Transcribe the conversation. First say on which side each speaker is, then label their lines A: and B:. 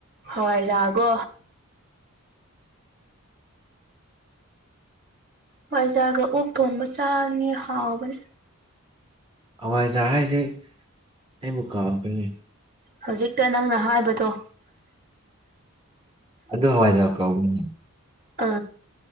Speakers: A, on the right; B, on the right.
A: ꯍꯋꯥꯏꯖꯥꯔꯀꯣ ꯍꯋꯥꯏꯖꯥꯔꯒ ꯑꯣꯛ ꯊꯣꯡꯕ ꯆꯥꯅꯤꯡꯉꯦ ꯍꯥꯎꯕꯅꯤ
B: ꯍꯋꯥꯏꯖꯥꯔ ꯍꯥꯏꯁꯦ ꯑꯩꯕꯨ ꯀꯥꯎꯈꯔꯦꯅꯦ
A: ꯍꯧꯖꯤꯛꯇ ꯅꯪꯅ ꯍꯥꯏꯕꯗꯣ
B: ꯑꯗꯨ ꯍꯋꯥꯏꯖꯥꯔ ꯀꯧꯕꯅꯦ
A: ꯑ